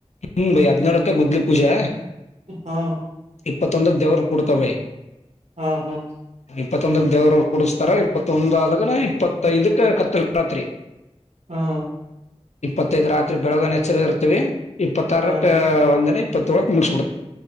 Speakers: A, on the left (about 75°); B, on the right (about 75°).
A: ಹ್ಮ್ ಬೈ ಹದ್ಿನಾಳುಕ ಗುದ್ಲಿ ಪೂಜಾ
B: ಹಾ
A: ಇಪ್ಪತ್ತೊಂದಕ್ಕೆ ದೇವರು ಕೊಡ್ತವೆ
B: ಹ್ಮ್ ಹ್ಮ್
A: ಇಪ್ಪತ್ತೊಂದಕ್ ದೇವರರು ಕುಡಸ್ತಾರ ಇಪ್ಪತ್ತೊಂದ ಆದಾಗ ಇಪ್ಪತ್ತ ಇದುಕ್ಕೆ ಕತ್ತ ರಾತ್ರಿ
B: ಹಾ
A: ಇಪ್ಪತ್ತೈದ ರಾತ್ರಿ ಬೆಳಗನ ಎಚ್ಚರದ ಇರ್ತೀವಿ ಇಪ್ಪತ್ತ ಆಾರಕ್ಕೆ
B: ಹಾ
A: ಒಂದನ ಇಪ್ಪತ್ ವಳಕ ಮುಷಡತ